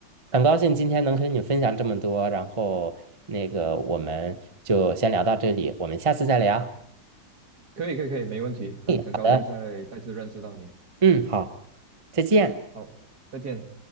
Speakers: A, on the right; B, on the right.
A: 很高兴今天能跟你分享这么多，然后那个我们就先聊到这里，我们下次再聊。
B: 可以可以可以，没问题，很很高兴再再次认识到你，
A: 嗯好的，嗯，好，再见。
B: 好，再见。